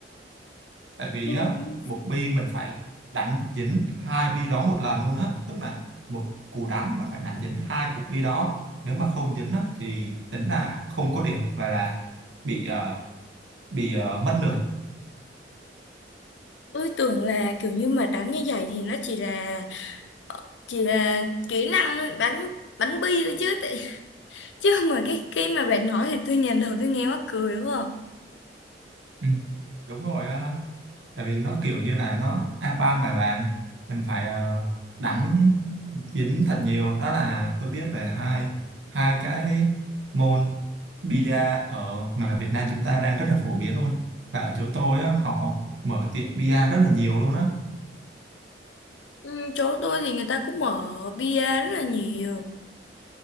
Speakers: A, on the right; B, on the left.
A: tại vì
B: Ừ,
A: á một bi mình phải đánh dính hai bi đó một lần luôn á tức là một cú đánh mà phải đánh dính hai cục bi đó nếu mà không dính á thì tính là không có điểm và là bị ờ, bị ờ, mất lượt
B: tôi tưởng là kiểu như mà đánh như vậy thì nó chỉ là chỉ là kỹ năng bắn bắn bi thôi chứ tại- <laughs> chứ mà cái cái mà bạn nói thì tôi nhìn đầu tôi nghe mắc cười quá
A: ừ, đúng rồi á tại vì nó kiểu như là nó a bang mà bạn mình phải ờ, đánh dính thật nhiều đó là tôi biết về hai hai cái môn bia ở mà Việt Nam chúng ta đang rất là phổ biến luôn và ở chỗ tôi á, họ mở tiệm bia rất là nhiều luôn á
B: Ừ, chỗ tôi thì người ta cũng mở bia rất là nhiều